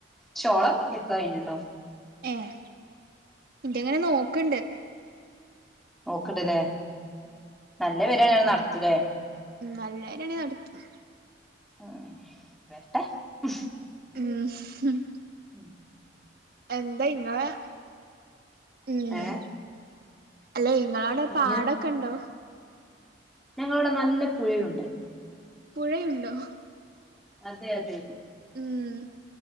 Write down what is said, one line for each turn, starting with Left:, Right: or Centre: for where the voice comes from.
Centre: ചോളം കഴിഞ്ഞിട്ടോ
Right: ഏഹ് ഇന്റെ ഇങ്ങനെ നോക്കണ്ട്
Centre: ഓക്കിണ്ടല്ലേ
Right: <inaudible>
Centre: നല്ല വരിയാണെ നടത്തുല്ലേ
Right: ഉം നല്ലരണെ നടത്തും
Centre: ആഹ് വരട്ടെ ഉ
Right: ഉം
Centre: ഉം
Right: എന്താ ഇങ്ങളെ ഉം
Centre: ഏഹ്
Right: അല്ലെ ഇങ്ങളോടെ പാടൊക്കെ
Centre: എങ്ങനെ
Right: ഉണ്ടോ?
Centre: ഞങ്ങളവിടെ നല്ല പുഴയുണ്ട്
Right: പുഴയുണ്ടോ
Centre: അതെ അതെ
Right: ഉം